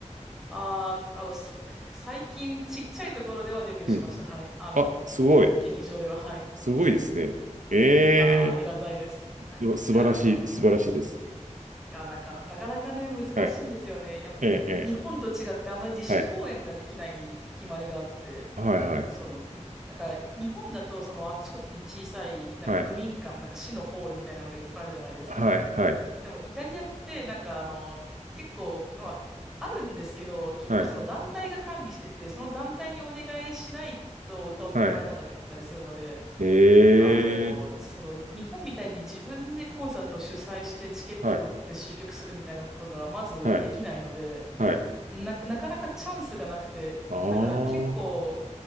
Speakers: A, in the centre; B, on the right.
A: ああ、あの、す最近ちっちゃいところではデビューしました。
B: うん。
A: はい。あの、
B: あ、すごい。
A: 劇場では。はい。
B: すごいですね。え
A: いやー、ありがたいです。はい。
B: ー、す素晴らしい、
A: なんか、
B: 素晴らしいです。
A: いやいや、いや、なんか、なかなかね、難しいんですよね。
B: はい。
A: やっぱ、
B: えー、え
A: 日本と違って、あんまり自主公演ができない決まりがあって、
B: ー、はい。はい、はい、
A: その、いなんか、日本だと、その、あちこちに小さい、なんか、
B: はい、
A: 区民館、なんか、市のホールみたいなのがいっぱいあるじゃないですか。
B: はい、はい、
A: でも、イタリアって、なんか、あの、結構、まあ、あるんですけど、結構、
B: はい、
A: その、団体が管理してて、その団体にお願いしないと歌わせてもらえなかったりするので、
B: はい。えー、
A: あの、その日本みたいに自分でコンサートを主催してチケットを売って集客するみたいなことがまずできないので、
B: はい、はい、はい。
A: な、なかなかチャンスがなくて、
B: あ
A: だから結構
B: あ、